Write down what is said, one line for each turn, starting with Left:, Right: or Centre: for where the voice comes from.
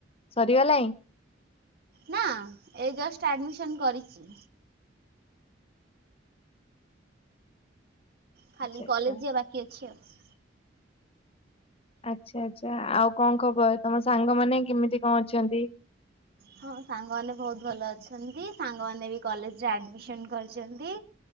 Left: ସରିଗଲାଣି?
Right: ନାଁ ଏଇ ଜଷ୍ଟ୍ ଆଡ଼ମିସନ୍ କରିଛି। ଖାଲି
Left: ଆଚ୍ଛା
Right: କଲେଜ
Left: ଆଚ୍ଛା।
Right: ଯିବା ବାକି ଅଛି ଆଉ।
Left: ଆଚ୍ଛା ଆଛା ଆଉ କଅଁ ଖବର ତମ ସାଙ୍ଗମାନେନ କେମିତି କଅଁ ଅଛନ୍ତି?
Right: ହଁ ସାଙ୍ଗମାନେ ବହୁତ ଭଲ ଅଛନ୍ତି ସାଙ୍ଗମାନେ ବି କଲେଜରେ ଆଡମିସନ କରିଚନ୍ତି।